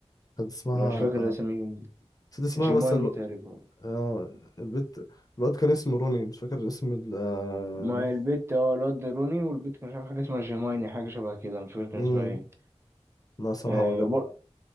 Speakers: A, on the left (about 35°); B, on the right (about 25°).
A: كانت اسمها
B: انا مش فاكر اساميهم
A: نسيت اسمها
B: جيمايني
A: بس الو...
B: تقريبا
A: آه... البت الواد كان اسمه روني مش فاكر اسم ال آه،
B: مع البت اه الواد روني والبت كان مش عارف حاجه اسمها جيمايني حاجه شبه كده مش فاكر كان
A: مم.
B: اسمها ايه
A: لا صراحة
B: آه
A: هو جامد
B: وبر-